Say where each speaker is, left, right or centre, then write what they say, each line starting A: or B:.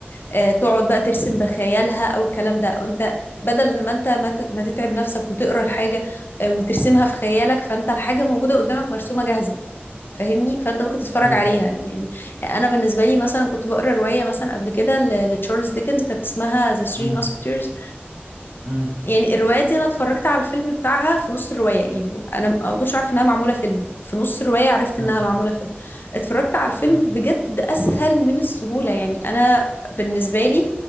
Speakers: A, on the left; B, on the right.
A: آه، تقعد بقى ترسم بخيالها أو الكلام ده وأنت بدل ما انت ما ت- ما تتعب نفسك وتقرا الحاجه آه، وترسمها في خيالك فانت الحاجه موجوده قدامك مرسومه جاهزه فاهمني فانت ممكن تتفرج
B: مم،
A: عليها يعني انا بالنسبه لي مثلا كنت بقرا روايه مثلا قبل كده ل- لتشارلز ديكنز كانت اسمها ذا ثري
B: مم،
A: ماسكتيرز
B: مم،
A: يعني الروايه دي انا اتفرجت على الفيلم بتاعها في نص الروايه يعني انا م- أنا ما كنتش عارفه انها معموله فيلم في نص الروايه عرفت
B: مم،
A: انها معموله فيلم اتفرجت على الفيلم
B: مم،
A: بجد اسهل من السهوله يعني انا بالنسبه لي